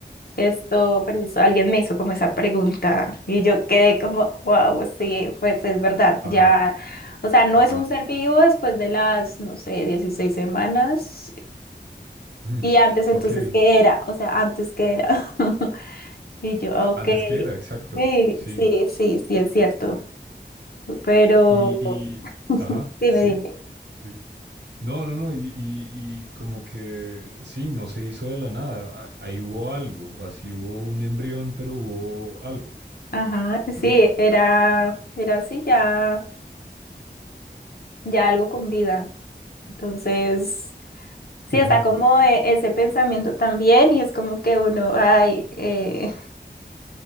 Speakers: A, on the left; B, on the right.
A: esto preciso, alguien me hizo como esa pregunta y yo quedé como, wow, sí, pues es verdad,
B: Ajá,
A: ya, o sea, no
B: ajá.
A: es un ser
B: <laughs>
A: vivo después de las, no sé, 16 semanas
B: Mm,
A: y antes entonces,
B: Ok.
A: ¿qué era? O sea, antes, ¿qué era? <laughs> Y yo, ok,
B: Antes que era, exacto.
A: sí,
B: Sí.
A: sí, sí, sí, es cierto, pero
B: Y, y,
A: <laughs>
B: ajá,
A: dime,
B: sí.
A: dime.
B: sí. No, no, no. Y, y, y como que, sí, no se hizo de la nada. a- Ahí hubo algo. Así hubo un embrión, pero hubo algo,
A: Ajá,
B: ¿no?
A: sí, era, era así, ya, ya algo con vida. Entonces, sí,
B: Ujú,
A: está como eh, ese pensamiento también y es como que uno, ay, eh,